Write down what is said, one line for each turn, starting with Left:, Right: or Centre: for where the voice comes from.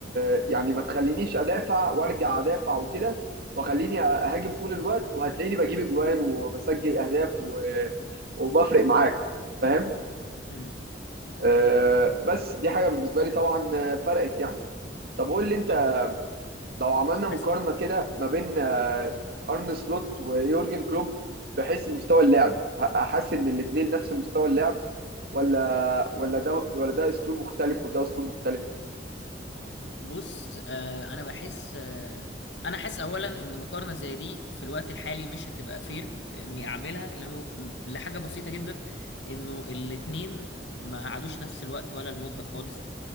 Right: آه، يعني ما تخلينيش ادافع وارجع ادافع وكده وخليني اهاجم طول الوقت وهتلاقيني بجيب اجوان وبسجل اهداف و... وبفرق معاك فاهم
Left: امم
Right: آه، بس دي حاجه بالنسبه لي طبعا فرقت يعني طب قول لي انت
Left: طب
Right: لو عملنا مقارنه
Left: بس-
Right: كده ما بين آه، ارن سلوت ويورجن كلوب بحيث مستوى اللعب ه- هحس ان الاثنين نفس مستوى اللعب ولا ولا ده ولا ده اسلوب مختلف وده اسلوب مختلف
Left: بص آه انا بحس آه انا حاسس اولا ان مقارنه زي دي في الوقت الحالي مش هتبقى فير اني اعملها لم... لحاجه بسيطه جدا انه الاتنين ما قعدوش نفس الوقت ولا المده خالص